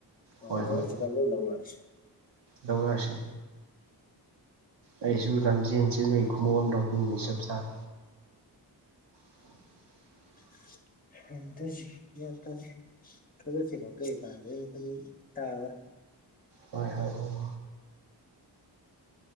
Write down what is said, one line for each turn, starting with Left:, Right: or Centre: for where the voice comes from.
Left: ꯑꯣ
Right: ꯍꯣꯏ
Left: ꯍꯥꯌꯦꯡ
Right: ꯍꯣꯏ
Left: ꯆꯠꯀꯥꯟ ꯂꯣꯏ ꯂꯧꯔꯛꯑꯁꯤ
Right: ꯂꯧꯔꯛꯑꯁꯤ ꯑꯩꯁꯨ ꯂꯝꯖꯦꯟ ꯆꯦꯟꯕꯒꯤ
Left: ꯎꯝ
Right: ꯈꯨꯃꯨꯛ ꯑꯃ ꯂꯧꯅꯤꯡꯕꯅꯤ ꯆꯞ ꯆꯥꯔꯦ <inaudible>
Left: <unintelligible> ꯒꯌ꯭ꯥꯟ ꯇꯥꯗꯦ ꯈꯔ ꯆꯦꯜꯍꯧꯒꯦ <unintelligible> ꯇꯥꯔꯣꯏ
Right: ꯍꯣꯏ ꯍꯣꯏ ꯎꯝ